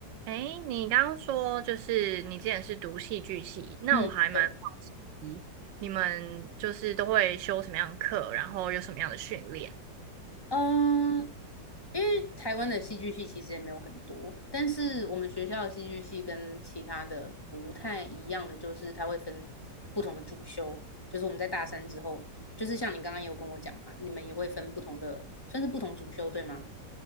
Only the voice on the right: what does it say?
哎，你刚刚说就是你之前是读戏剧系，那我还蛮好
奇你们就是都会修什么样的课，然后有什么样的训练？